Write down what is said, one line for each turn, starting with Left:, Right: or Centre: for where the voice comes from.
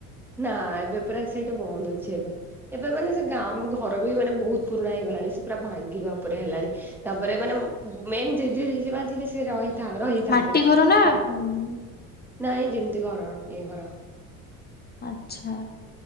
Centre: ନା ଏବେ ପୁରା ସେଇଟା ବନ୍ଦ ଅ ଛି ଏବେ ଏବେ ମାନେ ସେ ଗାଁ ଆମ ଘର ବି ମାନେ ବହୁତ ପୁରୁଣା ହେଇଗଲାଣି ସେ ପୁରା ଭାଙ୍ଗିବା ଉପରେ ହେଲାଣି। ତାପରେ ମାନେ ମୁଁ ମେନ୍ ଜେଜେ ଜେଜେମା ଥିଲେ ସେ ରହିଥାଅର ଥାଆନ୍ତେ
Left: ମାଟି ଘର ନା
Centre: ତ
Left: ଉଁ
Centre: ନାଇଁ ଯେମିତି ଘର ଏ ଘର
Left: ଆଚ୍ଛା।